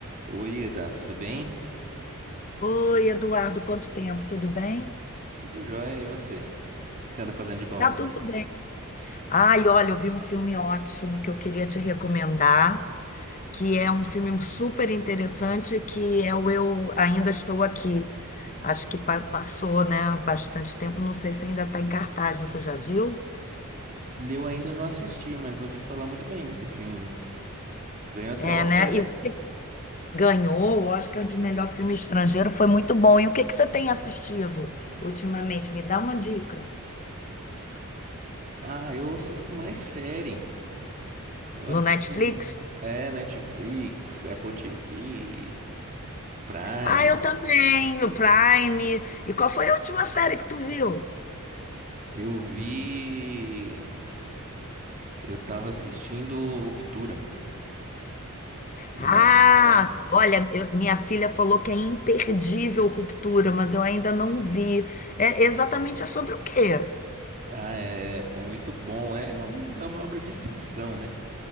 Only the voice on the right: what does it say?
Oi, Eda, tudo bem?
Tudo jóia, e você? O que que você anda fazendo de bom?
Eu ainda não assisti, mas ouvi falar muito bem desse filme. Ganhou até
Oscar,
né?
Ah, eu assisto mais série. Eu
assisto,
um- é, Netflix, Apple TV, Prime.
Eu vi, eu tava assistindo Ruptura na,
na época.
Ah, é, é muito bom. É, um- é uma obra de ficção, né?